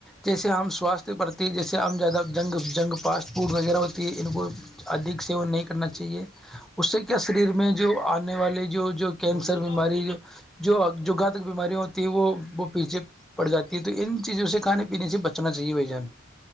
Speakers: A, in the centre; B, on the left (about 70°).
A: جیسے ہم سواستھ پرتی جیسے ہم زیادہ جنگ جنگ فاسٹ فوڈ وغیرہ ہوتی ہے ان کو ادھ سی وہون نہیں کرنا چاہیے اس سے کیا شریر میں جو آنے والے جو جو کینسر
B: بول دو
A: بیماری
B: تو
A: جو جو گاہ تک بیماریاں ہوتی ہیں وہ وہ پیچھے پڑ جاتی ہے تو ان چیزوں سے کھانے پینے سے بچنا چاہیے بھ جان